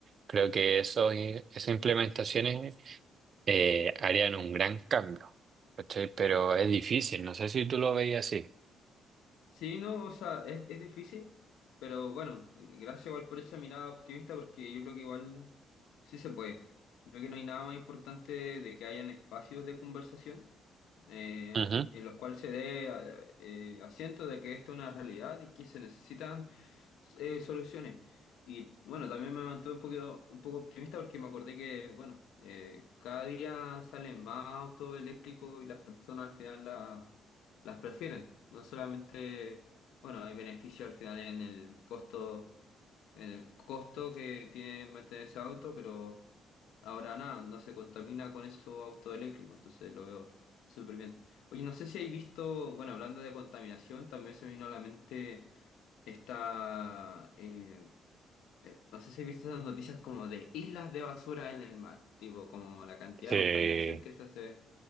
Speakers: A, on the right; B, on the left.
A: creo que eso, esas implementaciones eh, harían un gran cambio, ¿cachai? Pero es difícil, no sé si tú lo veis así.
B: Sí, no, o sea, es, es difícil, pero bueno, eh, gracias igual por esa mirada optimista, porque yo creo que igual sí se puede. Creo que no hay nada más importante de que hayan espacios de conversación eh,
A: Ujú.
B: en los cuales se dé eh, eh, asiento de que esto es una realidad y que se necesitan eh, soluciones. Y bueno, también me mantuve un poquito, un poco optimista porque me acordé que, bueno, eh, cada día salen más autos eléctricos y las personas al final las las prefieren. No solamente, bueno, hay beneficio al final en el costo, en el costo que tiene mantener ese auto, pero ahora nada, no se contamina con esos autos eléctricos, entonces lo veo súper bien. Oye, no sé si hay visto, bueno, hablando de contaminación, también se me vino a la mente esta, eh, eh, no sé si he visto esas noticias como de islas de basura en el mar, tipo como la cantidad
A: Sí,
B: de contaminación que se hace